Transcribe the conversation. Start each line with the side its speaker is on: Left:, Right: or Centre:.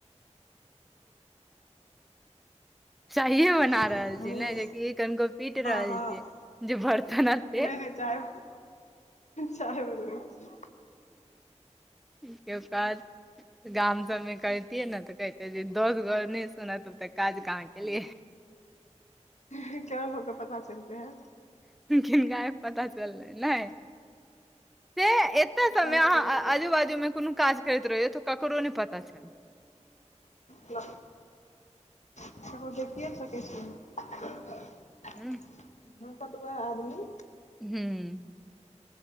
Centre: चाहिए बना
Left: हँ
Centre: रहल छीियै ने जेकि कनिको पीट रहल
Left: हँ
Centre: छै जे बर्तन पे
Left: नहि नहि चाय चाय बनबै छी
Centre: के बाद गाम सबमे करतियै ने तऽ कहहिते जे दोस घर नहि सुनत तब तऽ काज कहाँ केलियै
Left: छी केना लोक सबके पता चलते है
Centre: किनका ने पता चललै ने से ए कते
Left: हुनका
Centre: सब मे
Left: ककरो
Centre: अहाँ आजू बाजू में कोनो काज करैत रहिय तो ककरो नहि पता च
Left: न <inaudible>
Centre: हूँ
Left: भौकत उहाय आदमी
Centre: हूँ